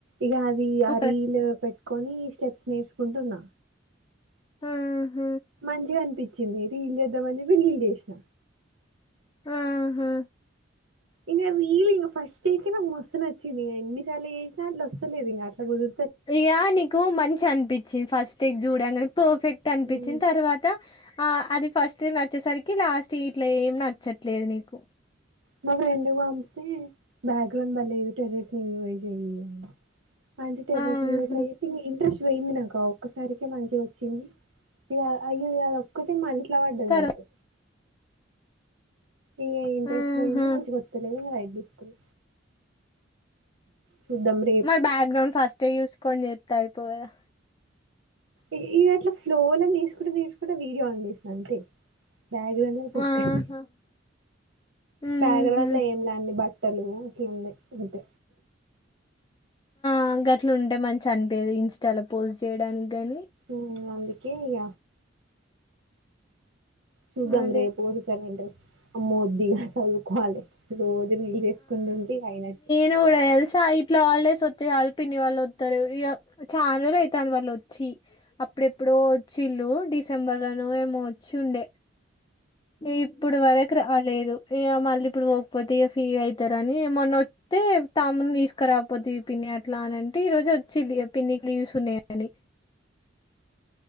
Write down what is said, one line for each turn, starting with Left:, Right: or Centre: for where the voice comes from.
Right: ఇగ అదీ ఆ
Left: ఒక
Right: రీల్ పెట్. కొనీ స్టెప్స్ నేర్చుకుంటున్న
Left: ఆహ
Right: మంచిగా అనిపిచ్చింది. రీల్ జేద్దామని రీల్ జేసిన
Left: ఆహా
Right: ఇగ రీల్ ఇగ ఫస్ట్ ఐతే నాకు మస్తు నచ్చింది. ఎన్నిసార్లు జేసినా అట్ల ఒస్తలేదు. ఇంగ అట్ల కుదురు
Left: ఇగా నీకు మంచిగ అనిపిచ్చింది. ఫస్ట్ ఇది జూడంగనె పర్ఫెక్ట్ అనిపిచ్చింది
Right: హ్మ్.
Left: తర్వా త ఆ అది ఫస్ట్ నచ్చేసరికి లాస్ట్ ఇట్ల ఏం నచ్చట్లేదు నీకు
Right: మా ఫ్రెండ్గానికి బ్యాక్గ్రౌండ్ బలేదు టెరెస్ నివై అ ఆంటి తేపకూ
Left: ఆహా
Right: ట్రై ఇగ ఇంట్రెస్ట్ బొయిందినంక ఒక్కసారికి మంచిగ ఒచ్చింది. ఇది ఆ అయ్యి యాలక్ ఒక్కటే మా ఇంట్లా వడ్డది
Left: తర్వా
Right: నాకు. ఇగ ఇంట్రెస్ట్
Left: ఆహా
Right: బొయింది. మంచిగ ఒత్తలేదు ఇగ లైట్ దీసుకున్న. చూద్దాం రే
Left: మరి బ్యాక్గ్రౌండ్స్ ఫస్టే జూసుకొని జేత్తే, అయిపోవు గదా.
Right: ఇ ఇగ అట్లా ఫ్లోల దీసుకుంట దీసుకుంట వీడియో ఆన్ జేసిన అంతే, బ్యాక్గ్రౌండ్ లో బుక్
Left: ఆహా
Right: అయిన
Left: మ్మ్ఉహ్మ్
Right: బ్యాక్ గ్రౌండ్ లో ఏం లే అండి బట్టలు కిందే అంతే
Left: ఆ గట్లుంటే మంచిగా అనిపియదు ఇన్స్టాలో పోస్ట్ చేయడానికి గాని
Right: ఉ అందుకే ఇగ చూదం
Left: అదే
Right: రే ప్ పోడుకన ఇంటరెస్ట్ అమ్మో ఒద్దు ఇగ చదుకోవాలి రోజు రీల్ చేసుకుంట ఉంటే ఇగ అయినట్
Left: నువ్వు కూడా తెల్సా ఇట్లా హాల్ డేస్ ఓత్తే చాలు పిన్ని వల్లోత్తరు ఇగ చాన్ రోజులైతాంది వాళ్ళొచ్చి అప్పుడెప్పుడోవచ్చిల్లుు డిసెంబర్ లోనో ఏమో వచ్చి ఉండే ఇగ ఇప్పుడు వరకు రాలేదు ఇగ మళ్ళీ ఇప్పుడు పోకపోతే ఇగ ఫీల్ అవుతారని మొన్న తే తమ్ముడిని తీసుకరాకపోతివి పిన్ని అట్లా అనంటే ఈ రోజు వచ్చింది పిన్నికి లీవస్ ఉన్నాయని